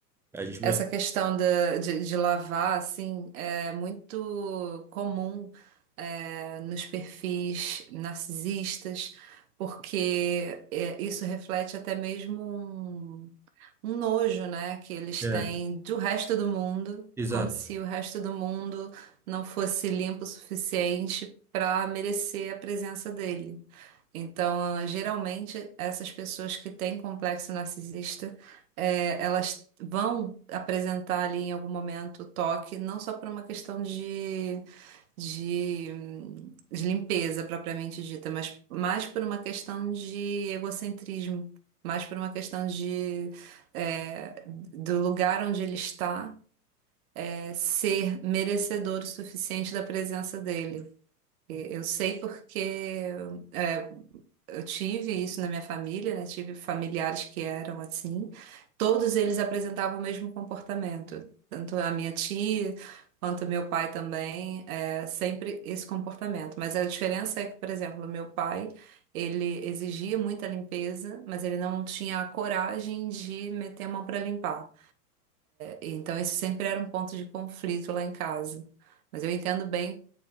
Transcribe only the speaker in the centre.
A gente
mostrava.
Exato.